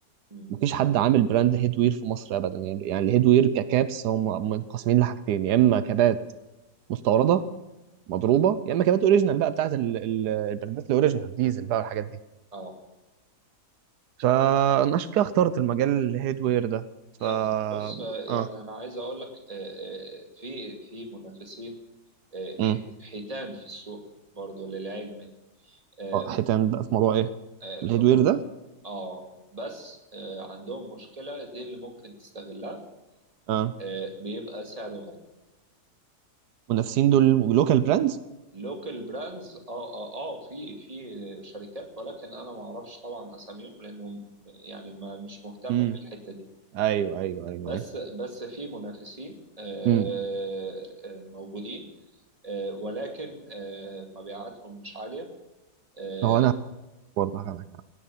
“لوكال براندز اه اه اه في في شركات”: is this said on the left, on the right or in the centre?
Right